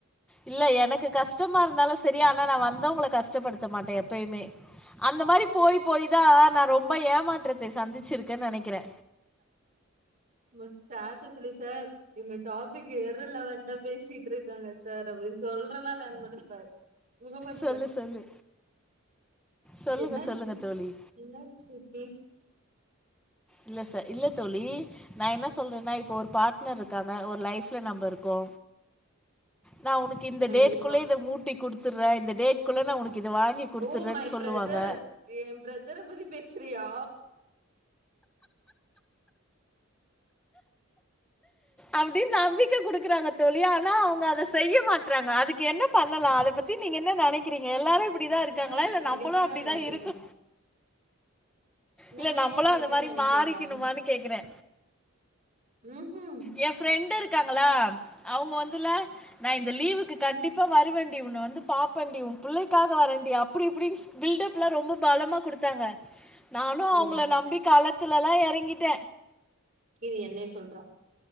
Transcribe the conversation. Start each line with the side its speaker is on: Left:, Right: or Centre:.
Centre: இல்ல எனக்கு கஸ்ட்டமா இருந்தாலு செரி ஆனா நா வந்தவுங்க கஸ்ட்டப்படுத்த மாட்ட எப்பயுமே அந்த மாரி போயி போயி தா நா ரொம்ப ஏமாற்றத்தை சந்திச்சிருக்கேன் நெனக்கிறே
Right: மு சார்ட்ட சொல்லி சார் எங்க டாப்பிக் எரு லவன்ட்டா பேசிட்ருக்காங்க சார் அப்டின் சொல்றனா இல்லயானு மட்டு பாரு முகம்மத்சட்
Centre: சொல்லு சொல்லு சொல்லுங்க
Right: என்னாச்சு
Centre: சொல்லுங்க தோழி
Right: என்னாச்சு ரித்தி
Centre: இல்ல ச இல்ல தோழி நா என்ன சொல்றேன்னா இப்ப ஒரு பாட்னர் ருக்காங்க ஒரு லைஃப்ல நம்ப இருக்கோ நா உனுக் இந்த
Right: கண்டிப்பா
Centre: டேட்குள்ள இத மூட்டி குடுத்துற்ற இந்த டேட்குள்ள நா உனக்கு இத வாங்கி குடுத்துர்றேன்னு
Right: ஓ மை
Centre: சொல்லுவாங்க
Right: பிரதர் ஏ பிரதர பத்தி பேசுறியா
Centre: அப்டின்னு நம்பிக்க குடுக்குறாங்க தோழி ஆனா அவுங்க அத செய்ய மாட்றாங்க அதுக்கு என்ன பண்ணலா அத பத் தி நீங்க என்ன நெனக்கிறீங்க எல்லாரயு ப்படிதா இருக்காங்களா
Right: நீங்க ஏங்க
Centre: இல்ல
Right: நெகட்டிவா
Centre: நம்பளு அப்டிதா
Right: நெனைக்கிறீங்க
Centre: இருக்கு
Right: நீங்க
Centre: இல்ல நம்பளு
Right: ஏங்க நெகட்டிவா
Centre: அந்த மாரி
Right: நெனைக்கிறீங்க
Centre: மாரிக்கெணுமானு கேக்குறே
Right: ம் ஹு
Centre: ஏ ஃப்ரெண்டு இருக்காங்களா அவுங்க வந்துல நா இந்த லீவுக்கு கண்டிப்பா வருவன்டி உன்ன வந்து பாப்பன்டி உன் புள்ளைக்காக வரன்டி அப்புடி இப்புடின் பில்டப்லா ரொம்ப பலமா குடுத்தாங்க நானு
Right: இது
Centre: அவுங்ள
Right: என்ன
Centre: நம்பி காலத்துலலா எறங்கிட்ட
Right: இது என்னய சொல்றா